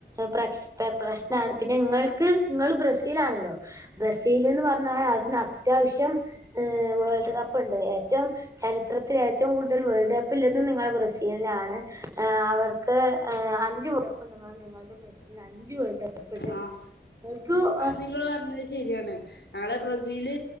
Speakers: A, on the right; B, on the left.
A: പ്ര പ്ര പ്രശ്നാണ് പിന്നെങ്ങൾക്ക് ഇങ്ങള് ബ്രസീലാണല്ലോ ബ്രസീല്ന്ന് പർഞ്ഞാൽ അതിനത്യാവശ്യം ഏ വേൾഡ് കപ്പ്ണ്ട് ഏറ്റവും ചരിത്രത്തിലേറ്റവും കൂട്തല് വേൾഡ് കപ്പ് ള്ളതും നിങ്ങളെ ബ്രസീലിനാണ് ഏ അവർക്ക് ഏ അഞ്ച് വേൾഡ് കപ്പ്ണ്ട് നിങ്ങള് നിങ്ങൾടെ ബ്രസ്സിലിന് അഞ്ച് വേൾഡ് കപ്പ് ഉണ്ട്
B: ആഹ.
A: <inaudible>
B: അത് ങ്ങള് പറഞ്ഞത് ശെരിആണ്. നാളെ ബ്രസീല്